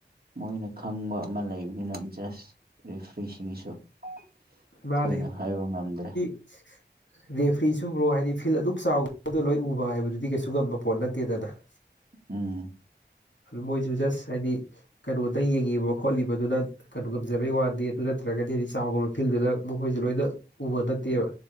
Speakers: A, on the right; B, on the left.
A: ꯃꯣꯏꯅ ꯈꯪꯕ ꯑꯃ ꯂꯩꯕꯅꯤꯅ ꯖꯁ ꯔꯤꯐ꯭ꯔꯤꯁꯤꯡꯁꯨ ꯑꯩꯈꯣꯏꯅ
B: ꯃꯥꯅꯦ
A: ꯍꯥꯏꯕ ꯉꯝꯗ꯭ꯔꯦ
B: <inaudible> ꯔꯦꯐ꯭ꯔꯤ ꯁꯨꯕ꯭ꯔꯣ ꯍꯥꯏꯗꯤ ꯐꯤꯜ ꯑꯗꯨꯛ ꯆꯥꯎ ꯂꯣꯏ ꯎꯕ ꯍꯥꯏꯕꯗꯨꯗꯤ ꯀꯩꯁꯨ ꯉꯝꯕ ꯄꯣꯠ ꯅꯠꯇꯦꯗꯅ <inaudible>
A: ꯎꯝ
B: ꯃꯣꯏꯁꯨ ꯖꯁ ꯍꯥꯏꯗꯤ ꯀꯩꯅꯣꯗ ꯌꯦꯡꯉꯤꯕ ꯈꯣꯠꯂꯤꯕꯗꯨꯅ ꯀꯩꯅꯣ ꯉꯝꯖꯕꯩ ꯋꯥꯅꯤ ꯑꯗꯨ ꯅꯠꯇ꯭ꯔꯒꯗꯤ ꯍꯥꯏꯗꯤ ꯆꯥꯛ ꯐꯤꯜꯗꯨꯗ ꯃꯈꯣꯏꯁꯨꯦ ꯂꯣꯏꯅ ꯎꯕ ꯅꯠꯇꯦꯕ